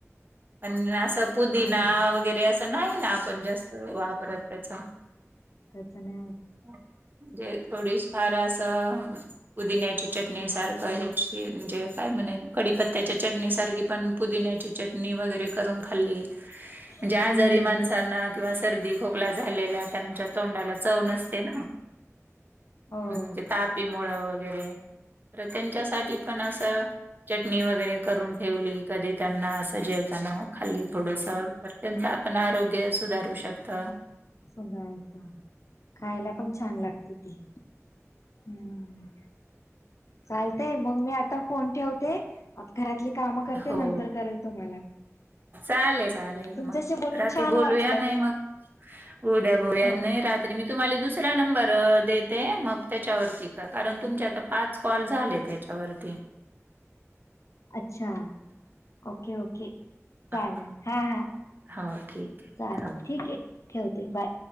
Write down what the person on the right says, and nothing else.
आणि असं पुदिना
वगैरे, असं नाही ना आपण जास्त वापरत. त्याचा.
म्हणजे थोडीशी फार असं- पुदिन्याची चटणी सारखं ह्याची म्हणजे काय म्हणे? कढीपत्त्याच्या चटणी सारखी पण पुदिन्याची चटणी वगैरे करून खाल्ली. म्हणजे
आजारी माणसांना किंवा सर्दी खोकला झालेल्या त्यांच्या - तोंडाला चव नसते ना.
म्हणजे तापी मुळ वगैरे- तर त्यांच्यासाठी पण असं- चटणी वगैरे करून ठेवली. कधी त्यांना असं जेवताना खाल्ली थोडस- त्यांचं आपण आरोग्य सुधारू शकत.
हो
चालेल. चालेल
मग.
राती
बोलूया.
नाही मग- उद्या बोलूयात.
नाही रात्री मी तुम्हाला दुस- ऱ्या नंबरवर देते. मग त्याच्यावरती क कारण तुमचे आता पाच कॉल झाले तते. च्यावरती.
हा.
हो ठीक आहे.
ह.